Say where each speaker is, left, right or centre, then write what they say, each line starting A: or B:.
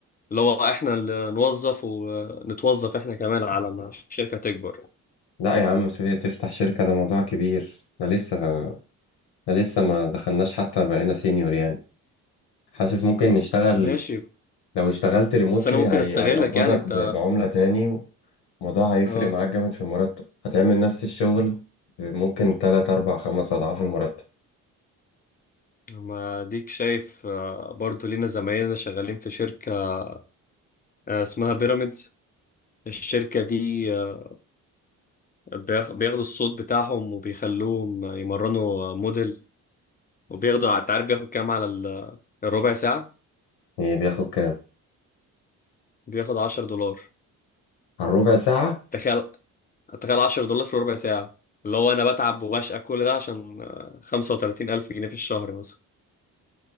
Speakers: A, on the left (about 20°); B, on the left (about 65°).
A: اللي هو احنا اللي نوظف ونتوظف احنا كمان على ما الشركة تكبر
B: لا يا عم سوريا تفتح شركه ده موضوع كبير احنا لسه احنا لسه ما دخلناش حتى بقينا سينيور يعني حاسس ممكن نشتغل
A: ماشي
B: لو اشتغلت ريموتلي
A: بس انا ممكن
B: هي...
A: استغلك
B: هيقبضك
A: يعني انت
B: ب... بعملة تاني الموضوع هيفرق
A: اه
B: معاك جامد في المرتب هتعمل نفس الشغل ممكن تلات أربع خمس أضعاف المرتب
A: ما ديك شايف آه، برضو لينا زمايلنا شغالين في شركة آه، اسمها بيراميدز الشركة دي آه، بياخ- بياخدوا الصوت بتاعهم وبيخلوهم يمرنوا موديل وبياخدوا انت عارف بياخد كام على ال- الربع ساعة
B: يعني بياخد كام؟
A: بياخد 10 دولار
B: على الربع ساعة؟
A: تخيل تخيل 10 دولار في ربع ساعة اللي هو أنا بتعب وبشقى كل ده عشان آه، خمسة وتلاتين ألف جنيه في الشهر مثلا